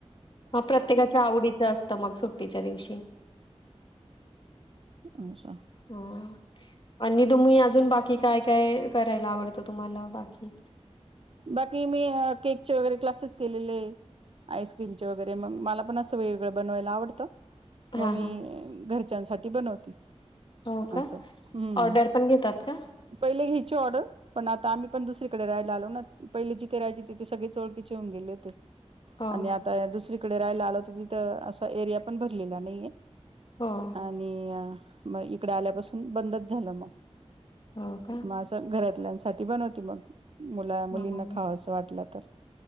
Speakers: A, on the left (about 45°); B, on the right (about 55°).
A: हा प्रत्येकाच्या आवडीच असतं मग सुट्टीच्या दिवशी
B: अच्छा
A: हुं आणि तुम्ही आजू अजून बाकी काय काय करायला आवडत तुम्हाला बाकी
B: बाकी मी केकचे वगैरे क्लासेस केलेले. आईस्क्रीमचे वगैरे मग मला पण असं वेगळं बनवायला आवडतं.
A: हां,
B: मग मी
A: हां.
B: घरच्यांसाठी बनवती.
A: हो
B: असं
A: का?
B: हम्म
A: ऑर्डर पण घेतात का?
B: पहिले <unintelligible> ची ऑर्डर पण आता आम्ही पण दुसरीकडे राहायला आलो ना पहिले जिथे राहायचे तीथे सगळेच ओळखीचे होऊन गेले होते
A: हो,
B: आणि
A: हो.
B: आता दुसरी इकडे राहयला आलो होतो तिथं अस एरिया पण भरलेला नाहीये
A: हो,
B: आणि म इकड आल्यापासून बंदच झालं मग
A: हो का?
B: माझं घरात साठी बनवते मग मुला
A: हां.
B: मुलींना खाव असं वाटलं तर